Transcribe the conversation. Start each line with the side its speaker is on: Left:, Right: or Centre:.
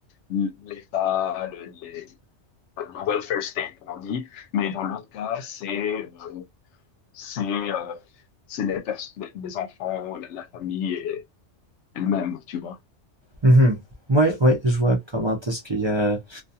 Left: l- l'État, le, les- le welfare state, comme on dit, mais dans l'autre cas, c'est euh, c'est euh, c'est les, pers- les les enfants, la, la famille, elle-même, tu vois.
Right: Mhm. Ouais, ouais, je vois comment est-ce qu'il y a...